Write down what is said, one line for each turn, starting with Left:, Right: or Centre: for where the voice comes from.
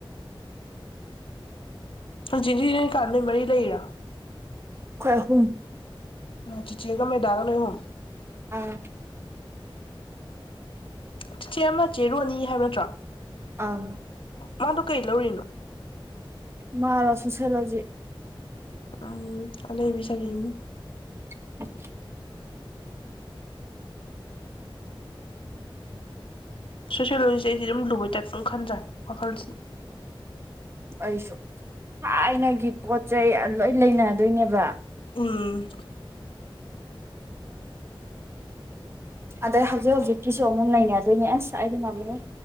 Left: ꯖꯤꯗꯤ ꯅꯣꯏ ꯀꯥ ꯅꯣꯏ ꯃꯔꯤ ꯂꯩꯔꯣ
Right: ꯈꯣꯏ ꯑꯍꯨꯝ
Left: ꯆꯤꯆꯦꯒ ꯃꯦꯗꯥꯒ ꯅꯣꯏ ꯑꯍꯨꯝ
Right: ꯑꯥ
Left: ꯆꯤꯆꯦ ꯑꯃꯅ ꯆꯦ ꯔꯣꯅꯤ ꯍꯥꯏꯕ ꯅꯠꯇ꯭ꯔꯣ
Right: ꯑꯪ
Left: ꯃꯗꯨ ꯀꯩ ꯂꯧꯔꯤꯅꯣ
Right: ꯃꯥꯔꯣ ꯁꯣꯁꯦꯂꯣꯖꯤ
Left: ꯎꯝ ꯑꯅꯩꯕꯤ ꯁꯕꯖꯦꯛꯅꯤꯅꯦ
Right: <unintelligible>
Left: ꯁꯣꯁꯤꯌꯣꯂꯣꯖꯤ ꯑꯩꯗꯤ ꯑꯗꯨꯝ ꯂꯨꯕꯩ ꯇꯥꯏꯞ ꯈꯟꯖꯥꯅꯤ ꯋꯥꯈꯜꯁꯤ
Right: ꯑꯩꯁꯨ ꯊꯥꯏꯅꯒꯤ ꯄꯣꯠ ꯆꯩ ꯂꯣꯏ ꯂꯩꯅꯗꯣꯏꯅꯦꯕ
Left: ꯎꯝ
Right: ꯑꯗꯩ ꯍꯧꯖꯤꯛ ꯍꯧꯖꯤꯛꯀꯤꯁꯨ ꯑꯃꯨꯛ ꯅꯩꯅꯗꯣꯏꯅꯦ ꯑꯁ ꯑꯗꯤ ꯉꯝꯃꯣꯏ